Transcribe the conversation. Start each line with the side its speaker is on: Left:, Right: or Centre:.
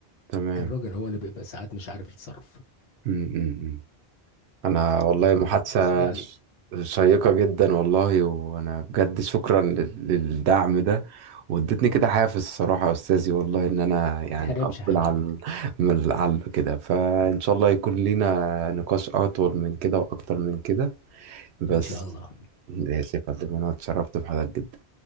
Right: تمام
Left: الراجل هو اللي بيبقى ساعات مش عارف يتصرف
Right: مم. مم. انا والله محادثة
Left: فالمسؤوليه عليك
Right: شيقة جدا والله وانا بجد شكرا لل- للدعم ده وادتني كده حافز الصراحة يا استاذي والله ان انا يعني
Left: ما تحرمش
Right: اقبل
Left: يا حبيبي
Right: على ال- من ال- على كده فان شاء الله يكون لينا نقاش اطول من كده واكتر من كده بس
Left: ان شاء الله
Right: ماشي يا فندم انا اتشرفت بحضرتك جدا